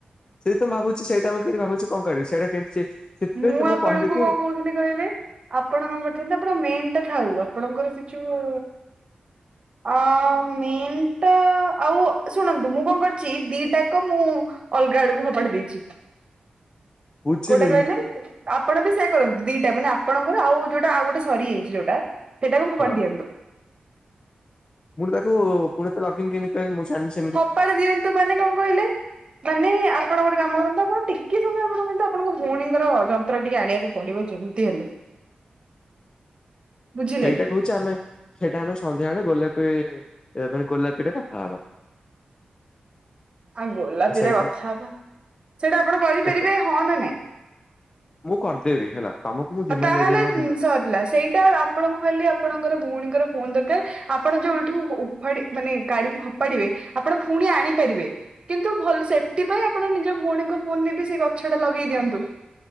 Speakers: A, on the left; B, on the right.
A: ସେଇ ତ ମୁଁ ଭାବୁଛି ସେଇଟା ମୁଁ କିି ଭାବୁଛି କଣ କରିବିଇଟା କେମିତି ସେଥିରେ
B: ମୁଁ
A: ତ
B: ଆପଣଙ୍କୁ
A: କହିଲି କି
B: କଣ କହୁଥିଲି କହିଲେ, ଆପଣ କଣ କରିଥାନ୍ତେ ଆପ ମେନଟା ଥାଉ ଆପଣଙ୍କର ସେ ଯୋଉ ଅ ମେନ୍ ଟା ଆଉ ଶୁଣନ୍ତୁ ମୁଁ କଣ କରୁଛି ଦିଟାକ ମୁଁ ଅଲଗା ଆଡକୁ ଫପାଡି ଦେଇଛି।
A: ବୁଝିଲି
B: କୋଉଟେ କହିଲେ?
A: ମୁଁ
B: ଆପଣ ବି ସେୟଆ କରନ୍ତୁ ଦିଟା ମାନେ ଆପଣଙ୍କର ଆଉ ଯୋଉଟା ଆଉ ଗୋଟେ ସରିଯାଇଛି ଯୋଉଟା। ସେଟାକୁ ଫୋପାଡ଼ି
A: ହଁ
B: ଦିଅନ୍ତୁ।
A: ପୁଣି ତାକୁ ପୁଣି ସେ ଲଗଇନ। ମୁଁ ଜାଣିନି ସେମ
B: ଫୋପାଡ଼ି ଦିଅନ୍ତୁ ମାନେ କଣ କହିଲେ? ମାନେ ଆପଣ ଗୋଟେ କାମ କରନ୍ତୁ ଆପଣ ଟିକେ ସମୟ ଆପଣ କରନ୍ତୁ ଆପଣଙ୍କ ଭଉଣୀଙ୍କର ଯନ୍ତ୍ର ଟିକେ ଆଣିବାକୁ ପଡିବ ଯେମିତି ହେଲେ। ବୁଝିଲେ
A: ସେଇଟା କହୁଛି ଆମେ ସେଇଟା ଆମେ ସନ୍ଧ୍ୟାବେଳେ ଗୋଲାପୀ ମାନେ ଗୋଲାପୀରେ କଥା ହବା।
B: ଆ ଗୋଲାପୀରେ
A: ସେଇଟା
B: କଥା ହବା ସେଇଟା ଆପଣ କରିପାରିବେ
A: ଦେଖ
B: ହଁ ନା ନାଇଁ?
A: ମୁଁ କରିଦେବି ହେଲା ତମକୁ ମୁଁ ଜିମେଲ
B: ଆଉ ତାହେଲେ
A: ଦେଇଦେବି ମୋ ଜିମେ
B: ସରିଲା ସେଇଟା ଆପଣଙ୍କୁ ଖାଲି ଆପଣଙ୍କର ଭଉଣୀଙ୍କର ଫୋନ ଦରକାର। ଆପଣ ଯୋଉଠୁ ଉଫାଡ଼ି ମାନେ କାଢିକି ଫୋପାଡିବେ ଆପଣ ଫୁଣି ଆଣିପାରିବେ। କିନ୍ତୁ ଭଲ ସେଫ୍ଟି ପାଇଁ ଆପଣ ନିଜ ଭଉଣୀଙ୍କ ଫୋନରେ ବି ସେ ଗଛଟା ଲଗେଇ ଦିଅନ୍ତୁ